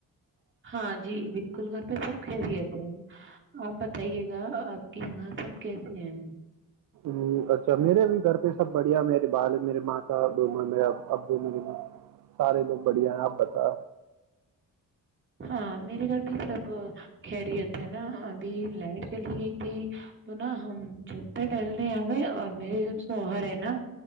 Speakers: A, on the right; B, on the right.
A: ہاں جی بالکل گھر پہ سب کھیل بھی جتے ہیں آ بتائی آپ کے یہاں سب کیسے ہیں
B: ہ اچھا میرے بھی گھر پہ سب بڑھیا میرے بال میرے مات میر ابو م سارے لوگ بڑھیا ہیں آپ بتا
A: ہاں میرے گھر بھی سب خری ہوتا ہے نا ابھی لائٹ چلی گئی ت تو نہا ہم چھپتے ٹہلنے آ گئے اور میرے شوہر ہے نا